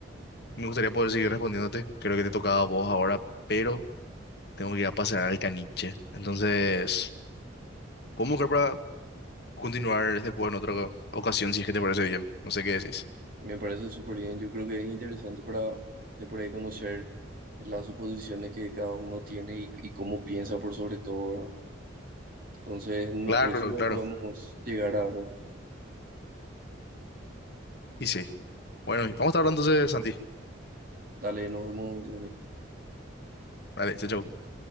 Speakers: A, on the left; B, on the right.
A: me gustaría poder seguir respondiéndote, creo que te tocaba a vos ahora, pero... Tengo que ir a pasear al caniche. Entonces, podemos buscar para continuar este juego en otra oca- ocasión, si es que te parece bien. No sé qué decís.
B: me parece súper bien. Yo creo que es interesante para de por ahí conocer las suposiciones que cada uno tiene y, y cómo piensa por sobre todo, ¿verdad? Entonces, en una
A: Claro,
B: próxima
A: claro.
B: podemos llegar a algo.
A: Y sí. Bueno, y vamos a estar hablando entonces, Santi.
B: Dale, nos vemos, Johnny.
A: vale chao, chao.